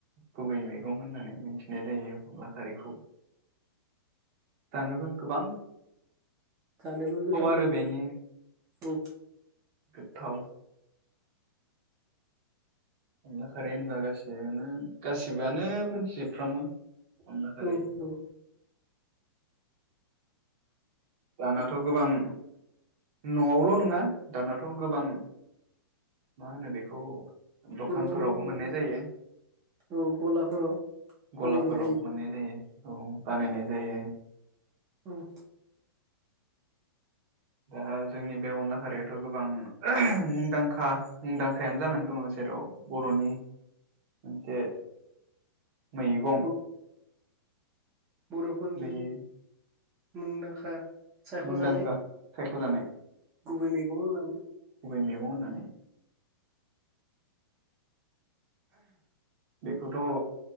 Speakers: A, on the right; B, on the right.
A: गुबै मैगं होननानै मिथिनाय जायो अनला खारिखौ जानोबो गोबां
B: जानोबो गोथाव
A: आरो
B: जायो
A: बेनि
B: औ
A: गोथाव अनला खारै होनबा गाससिनो गासिबो आनो मोनथिजोबफ्रामो अनला खारै
B: औ नंगौ
A: दानाथ' गोबां न'आवल' नङा दानाथ' गोबां मा होनो बेखौ दखानफोरावबो
B: गोबां
A: मोननाय जायो
B: औ गलाफोराव
A: गलाफोराव
B: बानायनाय जायो
A: मोननाय जायो औ बानायनाय जायो
B: उम
A: दा जोंनि बे अनला खारियाथ' गोबां मुंदांखा मुंदांखायानो जानानै दङ जेराव बर'नि मोनसे मैगं
B: औ बर'फोरनि
A: बेयो
B: मुंदांखा सायख'जानाय
A: मुंदांखा साय ख'जानाय
B: गुबै मैगं होननानै
A: गुबै मैगं होननानै बेखौथ'